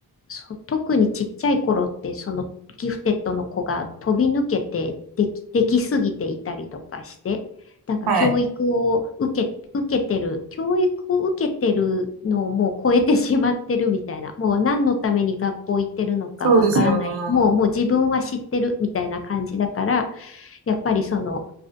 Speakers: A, on the left; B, on the right.
A: そう、特にちっちゃい頃って、そのギフテッドの子が飛び抜けてでき、できすぎていたりとかして、なんか教育を受け、
B: はい。
A: 受けてる、教育を受けてるのをもう超えてしまってるみたいな、もう何のために学校行ってるのかわからない、
B: そうですよ
A: もう、
B: ね。
A: もう自分は知ってるみたいな感じだから、やっぱりその、